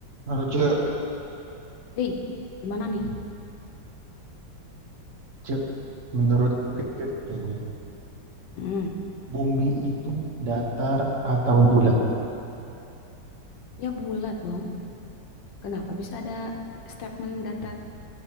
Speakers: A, on the right; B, on the left.
A: Lalu cek,
B: Hei, gimana nih?
A: cek. Menurut Rike kayaknya,
B: mm
A: bumi itu datar atau bulat?
B: Ya bulat dong. Kenapa bisa ada statement datar?